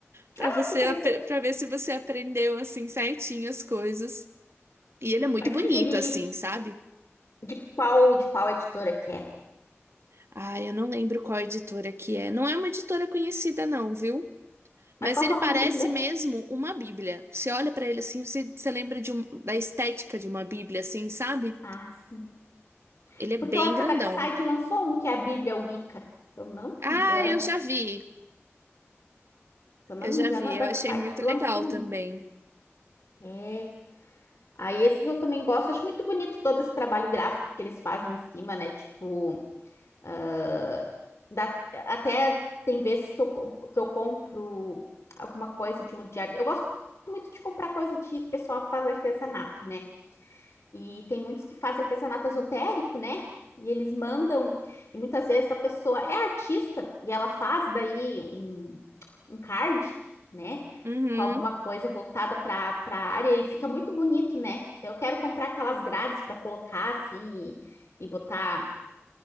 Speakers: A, on the right; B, on the left.
A: para
B: Ah,
A: você
B: que interessante.
A: para ver se você aprendeu assim certinho as coisas. E ele é muito
B: Mas
A: bonito
B: que que ele
A: assim, sabe?
B: de qual de qual editora que é?
A: Ah, eu não lembro qual editora que é. Não é uma editora conhecida não, viu? Mas
B: Mas qual
A: ele
B: que é
A: parece
B: o nome do livro mesmo?
A: mesmo uma Bíblia. Você olha para ele assim, você, você lembra de um- da estética de uma Bíblia assim, sabe?
B: Ah, sim.
A: Ele é bem
B: Porque eu acho
A: grandão.
B: que a Dark Side lançou um que é a Bíblia Wicca, se eu não me
A: Ah,
B: engano.
A: eu já vi.
B: Se eu não
A: Eu
B: me
A: já
B: engano,
A: vi.
B: a Dark
A: Eu achei
B: Side
A: muito
B: lançou
A: legal também.
B: um. É. Aí esses eu também gosto, acho muito bonito todo esse trabalho gráfico que eles fazem em cima, né? Tipo, Ah, dá- até tem vezes que eu, com- que eu compro alguma coisa de um de Eu gosto muito de comprar coisa de pessoal que faz artesanato, né? E tem muitos que fazem artesanato esotérico, né? E eles mandam, e muitas vezes a pessoa é artista e ela faz daí um, um card, né?
A: Uhum.
B: Com alguma coisa voltada para para a área e fica muito bonito, né? Eu quero comprar aquelas grades para colocar assim e, e botar